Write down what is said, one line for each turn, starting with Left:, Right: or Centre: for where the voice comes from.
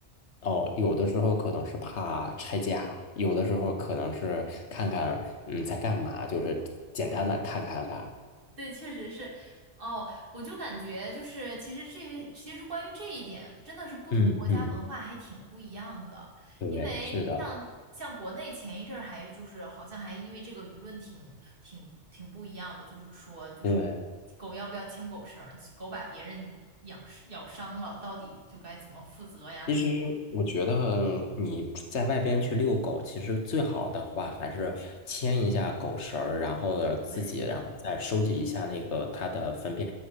Left: 哦，有的时候可能是怕拆家，有的时候可能是看看嗯在干嘛，就是简单的看看吧。
Right: 对，确实是。哦，我就感觉就是，其实这其实关于这一点，真的是不同国家文化还挺不一样的。
Left: 嗯嗯，对，
Right: 因为像像国内前一阵儿还就是好像还因为这个舆论挺挺挺不一样的，
Left: 是的，
Right: 就是说就是
Left: 对。
Right: 狗要不要牵狗绳儿，狗把别人养咬伤了，到底就该怎么负责呀什么？
Left: 其实我觉得你在外边去遛狗，其实最好的话还是牵一下狗绳儿，然后自己，
Right: 对，
Left: 然后再收集一下那个它的粪便，